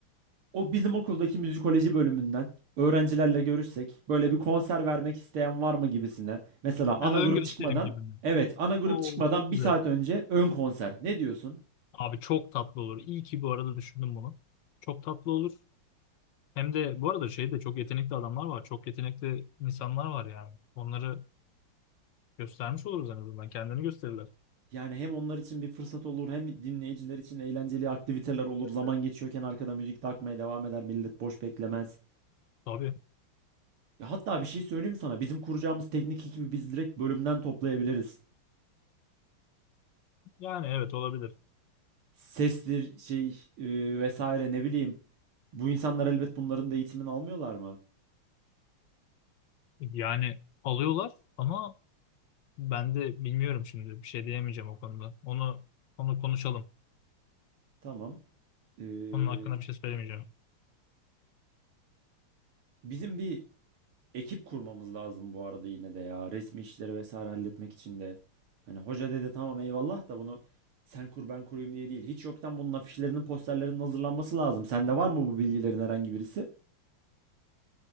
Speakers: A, on the right; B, on the left.
A: o bizim okuldaki müzikoloji bölümünden öğrencilerle görüşsek böyle bir konser vermek isteyen var mı gibisine. Mesela ana
B: Ha, ön
A: grup
B: gösterim
A: çıkmadan
B: gibi mi?
A: evet ana grup
B: Oo
A: çıkmadan
B: çok güzel.
A: bir saat önce ön konser. Ne diyorsun?
B: Abi çok tatlı olur. İyi ki bu arada düşündüm bunu. Çok tatlı olur. Hem de bu arada şeyde çok yetenekli adamlar var. Çok yetenekli insanlar var yani. Onları göstermiş oluruz en azından. Kendini gösterirler.
A: Yani hem onlar için bir fırsat olur hem dinleyiciler için eğlenceli aktiviteler olur.
B: Evet.
A: Zaman geçiyorken arkada müzik de akmaya devam eder. Millet boş beklemez.
B: Tabii.
A: Ya hatta bir şey söyleyeyim sana. Bizim kuracağımız teknik ekibi biz direkt bölümden toplayabiliriz.
B: Yani evet olabilir.
A: Sestir, şey e, vesaire ne bileyim. Bu insanlar elbet bunların da eğitimini almıyorlar mı?
B: Yani alıyorlar ama ben de bilmiyorum şimdi. Bir şey diyemeyeceğim o konuda. Onu onu konuşalım.
A: Tamam. Ee,
B: Onun hakkında bir şey söylemeyeceğim.
A: bizim bir ekip kurmamız lazım bu arada yine de ya. Resmi işleri vesaire halletmek için de. Hani hoca dedi tamam eyvallah da bunu sen kur ben kurayım diye değil. Hiç yoktan bunun afişlerinin posterlerinin hazırlanması lazım. Sende var mı bu bilgilerin herhangi birisi?